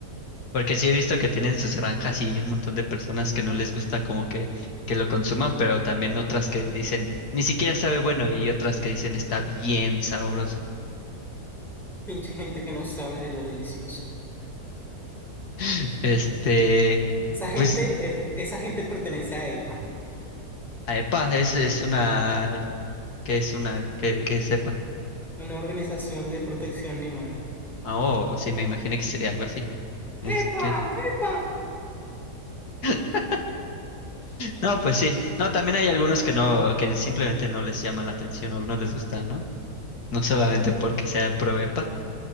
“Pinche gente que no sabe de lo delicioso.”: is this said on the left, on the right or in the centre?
Centre